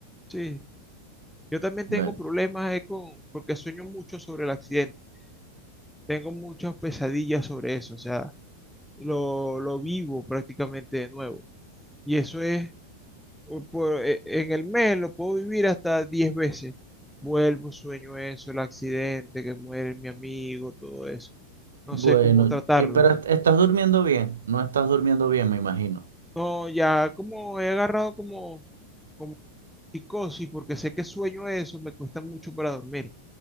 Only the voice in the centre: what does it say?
sí. Yo también tengo
problemas eh, con, porque sueño mucho sobre el accidente. Tengo muchas pesadillas sobre eso, o sea, lo, lo vivo prácticamente de nuevo. Y eso es o por- e- en el mes lo puedo vivir hasta 10 veces. Vuelvo, sueño eso, el accidente, que muere mi amigo, todo eso. No
sé cómo tratarlo.
No, ya como he agarrado como, como psicosis, porque sé que sueño eso, me cuesta mucho para dormir.